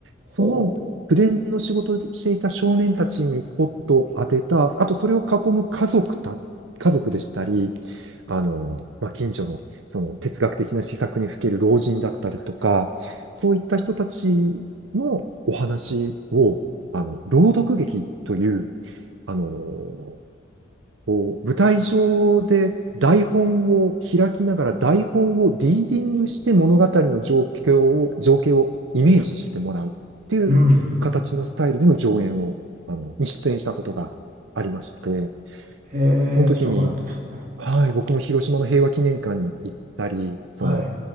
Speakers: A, on the right; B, on the right.
A: その口伝の仕事をしていた少年たちにスポットを当てた、
B: ほ
A: あとそれを囲む家族た、家族でしたり、あの、まあ、近所のその哲学的な施策にふける老人だったりとか、そういった人たちのお話を、あの、朗読劇という、あの、こう、舞台上で台本を開きながら台本をリーディングして物語の情景を、情景をイメージしてもらうっていう形のスタイルでの上演を、
B: う。うん、
A: あの、に出演したことがありまして、
B: うん。へえ、
A: その時に、
B: そうなんですね。
A: はい、僕も広島の平和記念館に行ったり、その、
B: はい。